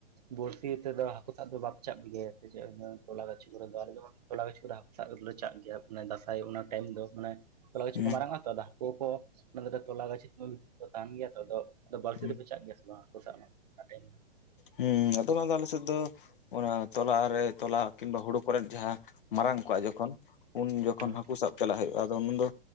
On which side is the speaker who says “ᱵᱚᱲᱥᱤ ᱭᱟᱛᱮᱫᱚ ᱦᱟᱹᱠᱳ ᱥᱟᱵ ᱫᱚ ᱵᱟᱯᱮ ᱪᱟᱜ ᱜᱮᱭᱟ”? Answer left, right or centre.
Right